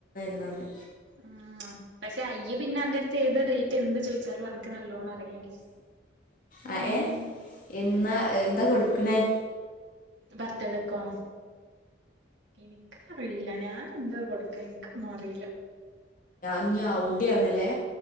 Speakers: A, on the left (about 45°); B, on the right (about 70°).
A: എന്നമ
B: ഉ പക്ഷെ അയ്യ പിന്നെ അന്റെറ അടുത്ത് ഏത് ഡേറ്റ് എന്ത് ചോയിിച്ചാലും എനക്ക് നല്ലോണം അറിയാലോ ഉം
A: ആ ഏ എന്നാ എന്താ കൊടുക്കണേ
B: ഭർത്തെടക്കോ എനിക്ക അറിയില്ല ഞാന എന്ത കൊടുക്കാൻ എനിക്കൊന്നും അറിയില്ല
A: ഇനി അവിടെ ആണല്ലേ